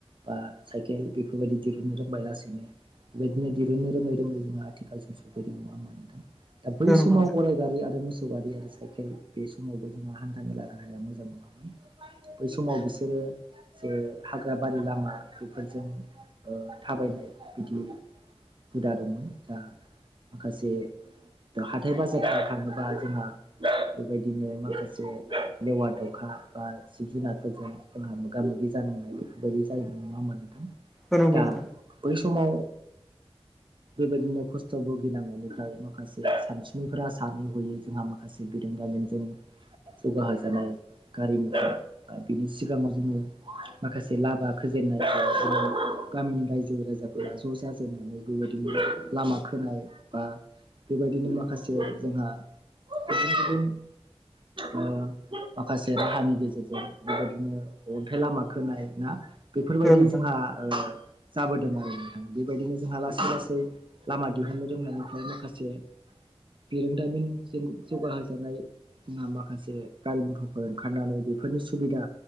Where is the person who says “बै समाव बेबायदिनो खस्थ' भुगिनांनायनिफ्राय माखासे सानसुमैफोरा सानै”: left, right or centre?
Right